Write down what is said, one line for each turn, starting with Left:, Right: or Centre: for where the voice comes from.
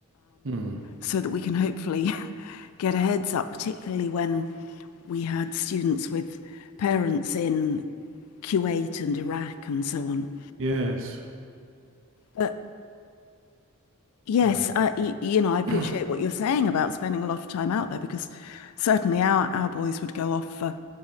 Right: Hmm.
Left: so that we can hopefully <laughs> get a heads up, particularly when we had students with parents in Kuwait and Iraq and so on.
Right: Yes.
Left: But yes,
Right: Hmm.
Left: I, y- you know, I appreciate
Right: <clears throat>
Left: what you're saying about spending a lot of time out there because certainly our, our boys would go off for